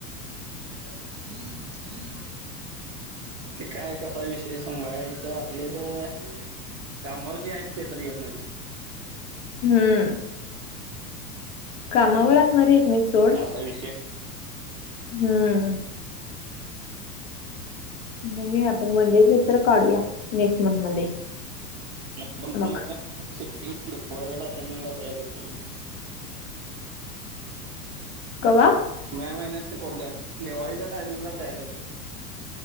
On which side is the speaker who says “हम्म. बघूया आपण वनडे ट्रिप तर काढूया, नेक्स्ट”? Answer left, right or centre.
Left